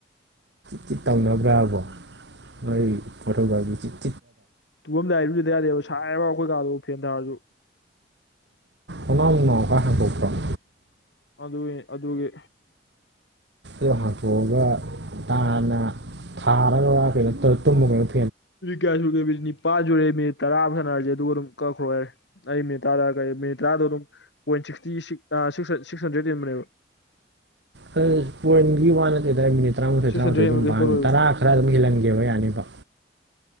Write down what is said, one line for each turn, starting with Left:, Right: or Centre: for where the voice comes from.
Right: ꯆꯤꯠ ꯇꯧꯅꯕ꯭ꯔꯥꯕꯣꯣꯏ ꯐꯤ
Left: ꯇꯨꯐꯝꯝꯗ ꯍꯥꯏꯏꯔꯤꯕꯨꯁꯨꯗ ꯌꯥꯗꯦꯕ ꯁꯥꯏꯕ ꯑꯩꯈꯣꯏ ꯀꯥꯗꯕꯨ ꯐꯦꯟ ꯊꯥꯔꯁꯨ
Right: ꯑꯅꯀ ꯍꯗꯝ
Left: ꯑꯗꯨ ꯑꯗꯨꯒꯤ
Right: ꯣ ꯍꯥꯡꯇꯣꯛꯑꯒꯅ ꯊꯥꯔꯒ ꯀꯩꯅꯣꯨꯝꯃꯩꯅ
Left: ꯌꯥ ꯁꯨꯔꯦ ꯃꯤꯠ ꯅꯤꯄꯥꯟ ꯁꯨꯔꯦ ꯃꯤꯅꯤꯠ ꯇꯔꯥ ꯁꯥꯟꯅꯔꯁꯦ ꯑꯗꯨꯒ ꯑꯗꯨꯝ ꯀꯛꯈ꯭ꯔꯣ ꯍꯥꯏꯔꯦ ꯑꯩ ꯃꯤꯅꯤꯠ ꯃꯤꯅꯤꯠ ꯇꯔꯥꯗꯣ ꯑꯗꯨꯝꯣꯏ ꯁꯤꯛꯁꯇꯤ ꯁꯤꯛꯁ ꯍꯟꯗ꯭ꯔꯦꯠꯕꯅꯦꯕ
Right: ꯋꯥ ꯇꯔꯥꯃꯥꯊꯣꯏ ꯇꯔꯥꯃꯥꯊꯣꯏ
Left: ꯁꯤꯛꯁ ꯍꯟꯗ꯭ꯔꯦꯗ
Right: ꯑꯗꯨꯝ
Left: ꯍꯦꯟꯕ ꯀꯩꯁꯨ
Right: ꯄꯅꯤ
Left: ꯇꯧꯔꯣꯏꯕ
Right: ꯇꯔꯥ ꯈꯔ ꯑꯗꯨꯝ ꯍꯦꯜꯍꯟꯒꯦꯕ ꯌꯥꯅꯤꯕ